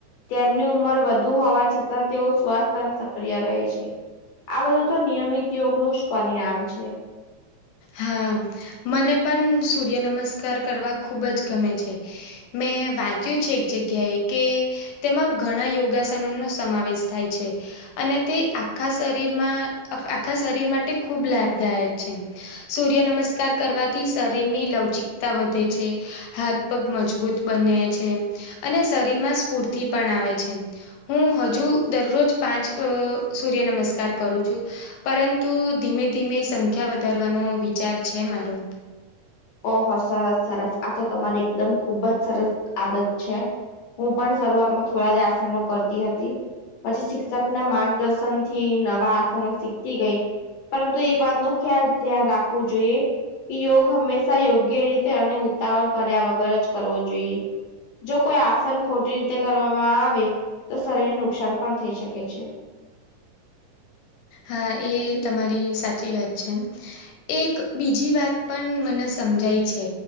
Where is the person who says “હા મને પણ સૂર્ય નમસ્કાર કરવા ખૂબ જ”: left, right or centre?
Left